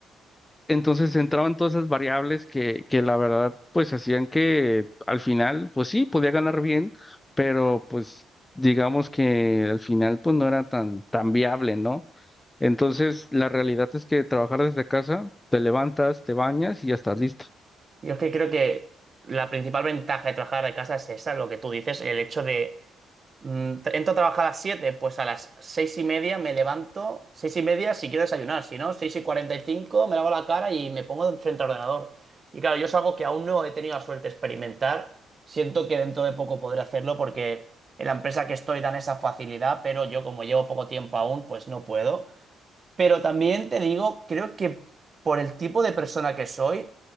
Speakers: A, on the left (about 15°); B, on the right (about 35°).
A: entonces entraban todas esas variables que, que la verdad, pues hacían que al final, pues sí, podía ganar bien, pero pues digamos que al final, pues no era tan, tan viable, ¿no? Entonces, la realidad es que trabajar desde casa, te levantas, te bañas y ya estás listo
B: Yo es que creo que la principal ventaja de trabajar de casa es esa, lo que tú dices, el hecho de mm, tra- entro a trabajar a las siete pues a las seis y media me levanto, seis y media si quiero desayunar, si no, seis y 45 me lavo la cara y me pongo frente al ordenador. Y claro, yo es algo que aún no he tenido la suerte de experimentar. Siento que dentro de poco podré hacerlo porque en la empresa que estoy dan esa facilidad, pero yo como llevo poco tiempo aún, pues no puedo. Pero también te digo, creo que por el tipo de persona que soy,